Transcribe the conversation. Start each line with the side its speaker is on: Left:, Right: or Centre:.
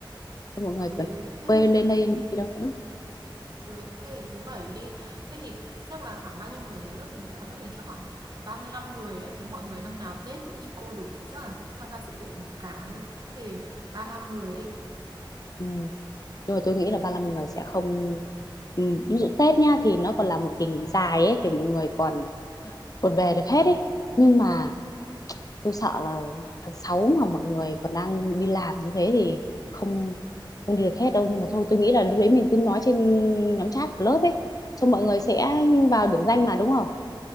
Left: Xong mọi người
Right: ừ
Left: còn
Right: đấy thế
Left: quên lên đây
Right: thì thì
Left: đi đâu nữa
Right: Được, thế thì thứ bảy đi. Thế thì chắc là khoảng bao nhiêu người nhờ lớp mình? Sao là lớp mình chắc khoảng 35 người đấy. Thế mọi người năm nào Tết cũng đi cô đủ thì chắc là cũng tham gia sự kiện đủ cả thôi. Thế thì 35 người đi.
Left: ừ. nhưng mà tôi nghĩ là 35 người sẽ không ừ, ví dụ Tết nha thì nó còn là một kỳ nghỉ dài ấy thì mọi người còn còn về được hết ấy nhưng mà tôi sợ là tháng 6 mà mọi người còn đang đi làm như thế thì không không đi được hết đâu nhưng mà thôi tôi nghĩ là lúc đấy mình cứ nói trên nhóm chat của lớp ấy xong mọi người sẽ vào điểm danh mà đúng không